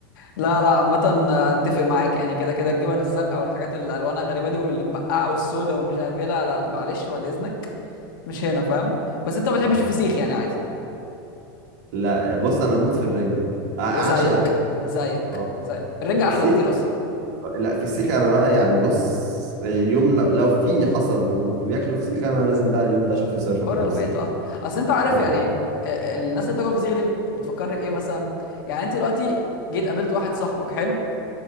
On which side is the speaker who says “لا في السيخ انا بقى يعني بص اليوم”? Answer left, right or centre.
Right